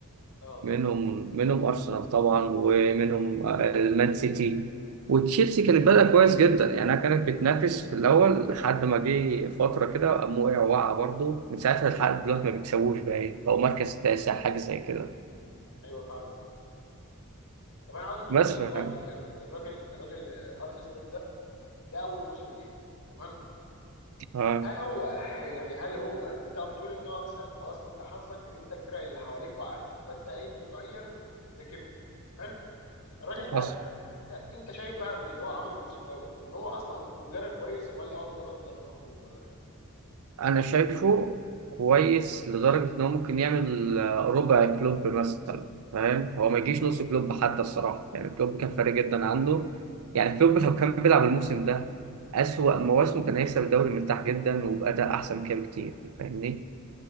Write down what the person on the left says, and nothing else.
اه
ايوه فعلا طب انا عاوزك تقول
لي دلوقتي
الر- الراجل الراجل آه، ارني سلوت ده ده اول موسم ليه تمام
هل هو <laughs> يعني هل هو انت بتقول ان هو مثلا خلاص انت حظك ان انت الفرق اللي حواليك وقعت فانت ايه تلقائيا ركبت حلو الراجل ده
انت انت شايف بقى من اللي هو عمله الموسم دوت ان هو اصلا مدرب كويس ولا هو مجرد مدرب محظوظ ولا ايه؟